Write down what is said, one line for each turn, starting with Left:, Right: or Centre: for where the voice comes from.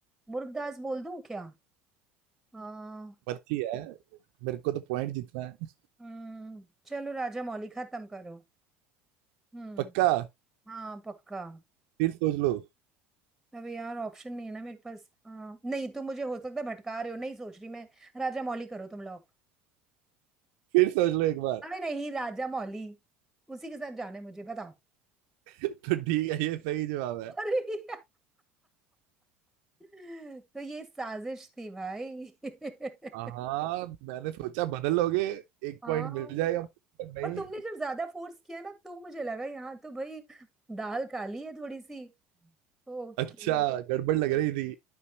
Centre: मुर्गदास बोल दूं क्या हाँ
Right: पर्ची है मेरे को तो पॉइंट जीतना है
Centre: हम्म चलो राजा मौली खत्म करो हम्म
Right: पक्का
Centre: हाँ पक्का
Right: फिर सोच लो
Centre: अबे यार ऑप्शन नहीं है ना मेरे पास आ, नहीं तुम मुझे हो सकता है भटका रहे हो नहीं सोच रही मैं राजा मौली करो तुम लोग
Right: फिर सोच लो एक बार
Centre: अरे नहीं राजा मौली उसी के साथ जाने मुझे बताओ
Right: तो ठीक है ये सही जवाब है
Centre: अरे <laughs> तो ये साजिश थी भाई <laughs>
Right: हाँ मैंने सोचा बदल लोगे एक
Centre: हाँ
Right: पॉइंट मिल जाएगा पर नहीं
Centre: और तुमने जब ज्यादा फोर्स किया ना तो मुझे लगा यहाँ तो भाई दाल काली है थोड़ी सी ओके
Right: अच्छा गड़बड़ लग रही थी